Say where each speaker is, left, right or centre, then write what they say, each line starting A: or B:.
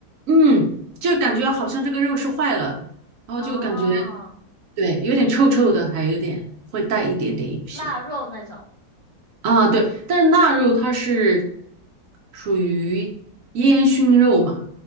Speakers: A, on the right; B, on the left.
A: 嗯，就感觉好像这个肉是坏了，然后就感觉
B: 啊，
A: 对，有点臭臭的，还有点会带一点点有些。
B: 腊肉那种，
A: 啊，对，但是腊肉它是属于烟熏肉嘛，